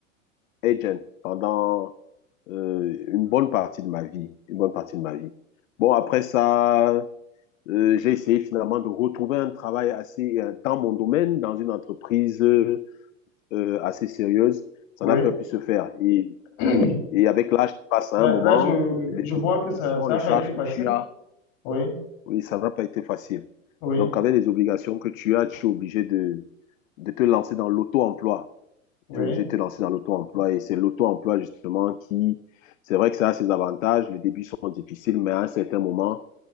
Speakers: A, on the left; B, on the left.
A: agent pendant euh, une bonne partie de ma vie, une bonne partie de ma vie. Bon, après ça, euh, j'ai essayé finalement de retrouver un travail assez euh, dans mon domaine, dans une entreprise euh, assez sérieuse. Ça
B: Oui.
A: n'a pas pu se faire. Et,
B: <clears throat>
A: et avec l'âge qui passe à
B: Là,
A: un moment,
B: là, je,
A: les
B: je vois
A: obligations,
B: que ça, ça
A: les
B: n'a pas
A: charges
B: été facile.
A: que tu as,
B: Oui,
A: oui, ça n'a pas été facile.
B: oui,
A: Donc, avec les obligations que tu as, tu es obligé de, de te lancer dans l'auto-emploi
B: oui.
A: tu es obligé de te lancer dans l'auto-emploi. Et c'est l'auto-emploi, justement, qui, c'est vrai que ça a ses avantages. Les débuts sont difficiles, mais à un certain moment,